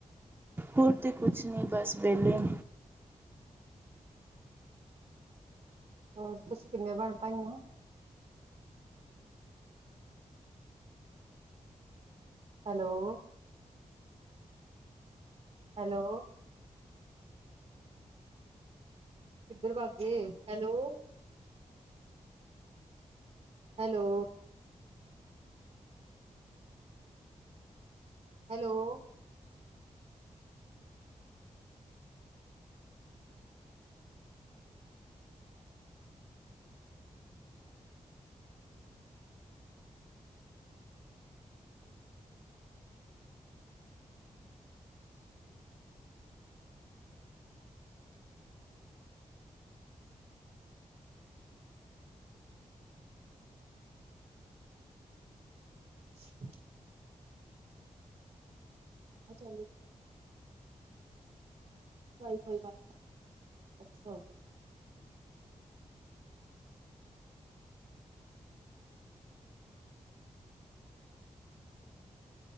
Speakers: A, on the right; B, on the right.
A: ਹੋਰ ਤੇ ਕੁਛ ਨਹੀਂ, ਬਸ ਵਿਹਲੇ-
B: ਹੋਰ ਤੁਸੀਂ ਕਿੰਨੇ ਭੈਣ ਭਾਈਆਂ- ਹੈਲੋ- ਹੈਲੋ- ਕਿੱਧਰ ਵਗਗੇ, ਹੈਲੋ ਹੈਲੋ- ਹੈਲੋ - <inaudible> ਆ ਚਲੇ- ਵਾਈ ਫਾਈ ਦਾ, ਅੱਛਾ-